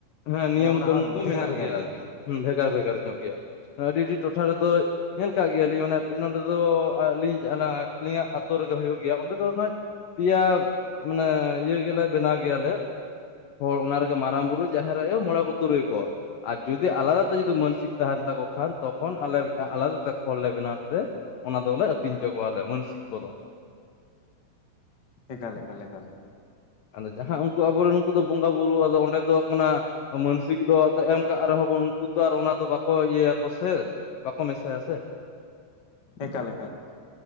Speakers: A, on the left; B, on the left.
A: ᱦᱮᱸ ᱱᱤᱭᱚᱢ
B: ᱚᱱᱟ
A: ᱠᱟᱹᱱᱩᱱ
B: ᱦᱚᱸ
A: ᱠᱚ
B: ᱵᱷᱮᱜᱟᱨ
A: ᱢᱮᱱᱟᱜ
B: ᱵᱷᱮᱜᱟᱨ
A: ᱜᱮᱭᱟ ᱟᱨᱠᱤ ᱵᱷᱮᱜᱟᱨ ᱵᱷᱮᱜᱟᱨ ᱧᱚᱜ ᱜᱮᱭᱟ ᱟᱹᱰᱤ ᱟᱹᱰᱤ ᱴᱚᱴᱷᱟ ᱨᱮᱫᱚ ᱧᱮᱞ ᱠᱟᱜ ᱜᱮᱭᱟᱞᱤᱧ ᱢᱟᱱᱮ ᱱᱚᱸᱰᱮ ᱫᱚ ᱟᱹᱞᱤᱧ ᱟᱹᱞᱤᱧᱟᱜ ᱟᱛᱳ ᱨᱮᱜᱮ ᱦᱩᱭᱩᱜ ᱜᱮᱭᱟ ᱚᱸᱰᱮ ᱫᱚ ᱦᱟᱸᱜ ᱯᱮᱭᱟ ᱢᱟᱱᱮ ᱤᱭᱟᱹ ᱜᱮᱞᱮ ᱵᱮᱱᱟᱣ ᱜᱮᱭᱟᱞᱮ ᱦᱚᱲ ᱚᱱᱟ ᱨᱮᱜᱮ ᱢᱟᱨᱟᱝ ᱵᱩᱨᱩ ᱡᱟᱦᱮᱨ ᱟᱭᱳ ᱢᱚᱬᱮ ᱠᱚ ᱛᱩᱨᱩᱭ ᱠᱚ ᱟᱨ ᱡᱩᱫᱤ ᱟᱞᱟᱫᱟ ᱛᱮ ᱡᱩᱫᱤ ᱢᱟᱱᱥᱤᱠ ᱛᱟᱦᱮᱱ ᱛᱟᱠᱚ ᱠᱷᱟᱱ ᱛᱚᱠᱷᱚᱱ ᱟᱞᱮ ᱢᱤᱫᱴᱟᱝ ᱟᱞᱟᱫᱟ ᱛᱮ ᱠᱷᱚᱲ ᱞᱮ ᱵᱮᱱᱟᱣ ᱛᱮ ᱚᱱᱟ ᱫᱚᱞᱮ ᱟᱹᱛᱤᱧ ᱦᱚᱪᱚ ᱠᱚᱣᱟᱞᱮ ᱢᱟᱹᱱᱥᱤᱠ ᱠᱚᱫᱚ
B: ᱦᱠᱟᱞᱮᱠᱟᱞᱮᱠᱟᱞ
A: ᱟᱫᱚ ᱡᱟᱦᱟᱸ ᱩᱱᱠᱩ ᱟᱵᱚᱨᱮᱱ ᱩᱱᱠᱩ ᱫᱚ ᱵᱚᱸᱜᱟ ᱵᱩᱨᱩᱜᱼᱟ ᱟᱫᱚ ᱚᱸᱰᱮ ᱫᱚ ᱠᱟᱱᱟ ᱢᱟᱹᱱᱥᱤᱠ ᱫᱚ ᱮᱢ ᱠᱟᱜ ᱨᱮᱦᱚᱸ ᱵᱚᱱ ᱩᱱᱠᱩ ᱛᱚ ᱟᱨ ᱚᱱᱟ ᱫᱚ ᱵᱟᱠᱚ ᱤᱭᱟᱹᱭᱟᱠᱚ ᱥᱮ ᱵᱟᱠᱚ ᱢᱮᱥᱟᱭᱟ ᱥᱮ
B: ᱮᱠᱟᱞ ᱮᱠᱟᱞ